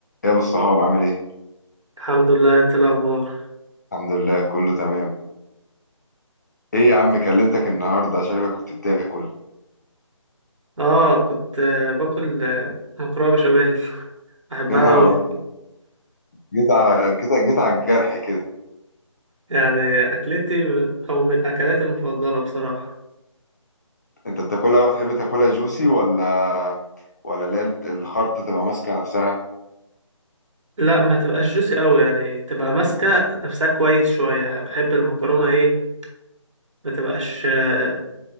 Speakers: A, on the left; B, on the right.
A: يا ابو الصحاب عامل ايه
B: الحمد لله انت إيه الاخبار
A: الحمد لله كله تمام ايه يا عم كلمتك النهارده شكلك كنت بتاكل
B: اه كنت آه، باكل آه، مكرونه بشاميل <laughs> بحبها
A: يا نهار
B: قوي
A: ابيض جيت على جيت جيت على الجرح كده
B: يعني اكلتي او من اكلاتي المفضله بصراحه
A: انت بتاكلها بقى بتحب تاكلها جوسي ولا ولا اللي هي الخرطه تبقى ماسكه نفسها
B: لا ما تبقاش جوسي قوي يعني تبقى ماسكه نفسها كويس شويه يعني بحب المكرونه ايه ما تبقاش آه،